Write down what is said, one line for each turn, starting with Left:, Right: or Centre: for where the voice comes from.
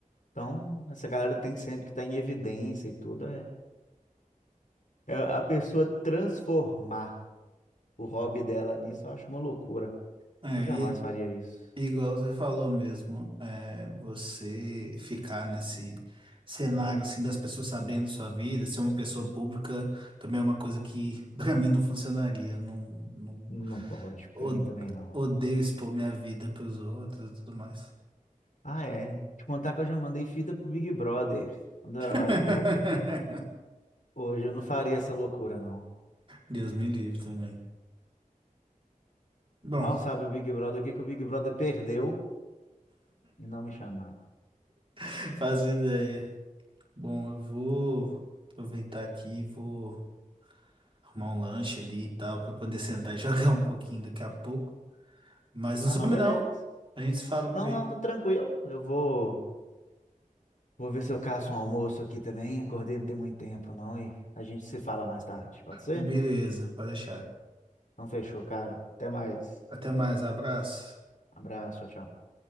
Left: então, essa galera tem sempre que estar em evidência e tudo. É, é a pessoa transformar o hobby dela nisso, eu acho uma loucura.
Right: É,
Left: Eu jamais
Right: e
Left: faria isso.
Right: e igual você falou mesmo, é, você ficar nesse cenário assim das pessoas sabendo sua vida, ser uma pessoa pública, também é uma coisa que <laughs> pra mim não funcionaria. Não, não
Left: Não pode, pra
Right: o-
Left: mim também não.
Right: odeio expor minha vida pros outros e tudo mais.
Left: Ah, é. Te contar que eu já mandei fita pro Big Brother quando eu
Right: <laughs>
Left: era mais novo. Hoje eu não faria essa loucura, não.
Right: Deus me livre também. Bom,
Left: Mal sabe o Big Brother o que que o Big Brother perdeu e não me chamar.
Right: <laughs> faz ideia. Bom, eu vou aproveitar aqui e vou Arrumar um lanche ali e tal, pra poder sentar e <laughs> jogar um pouquinho daqui a pouco. Mas
Left: Ah,
Right: não some
Left: não, beleza.
Right: não. A gente se fala por
Left: Não,
Right: aí.
Left: não, tô tranquilo. Eu vou, vou ver se eu caço um almoço aqui também. Acordei não tem muito tempo, não, e a gente se fala mais tarde, pode ser?
Right: Beleza, pode deixar.
Left: Então fechou, cara. Até mais.
Right: Até mais, abraço.
Left: Abraço, tchau, tchau.